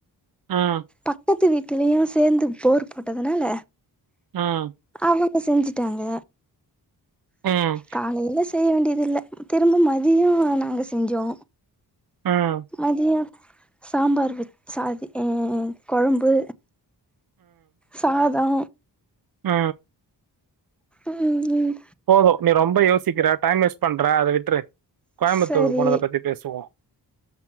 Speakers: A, on the right (about 60°); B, in the centre.
A: ம்,
B: பக்கத்து வீட் டுலியு சேந்து போர் போட்டதுனால
A: ஆம்
B: அவங்க செஞ்சுட்டாங்க
A: ம்,
B: காலையிலஸ் செய்ய வேண்டிதில்ல திரும்ப மதியோ நாங்க செஞ்சோ
A: ம்,
B: அது எப் சாம்பார் வெச்சாதி அ கொழம்பு சாதோ
A: ஆ
B: ம்ம்ம்
A: போது நீ ரொம்ப யோசிக்கிற டைம் வேஸ்ட் பண்ற அத விட் ற்று கோயம்புத்தூர்
B: சரி
A: போனத பத்தி பேசுவோ